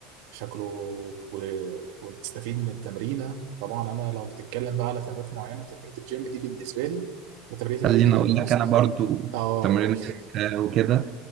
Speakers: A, on the right; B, on the right.
A: شكله و- وتستفيد من التمرينة طبعا انا لو بتتكلم بقى على تمرينات معينة تمرينة الجيم دي بالنسبة لي وتمرينة الرجل
B: خليني اقول
A: بالنسبة
B: لك انا برضو
A: اه
B: تمرين
A: قلت
B: آه، وكده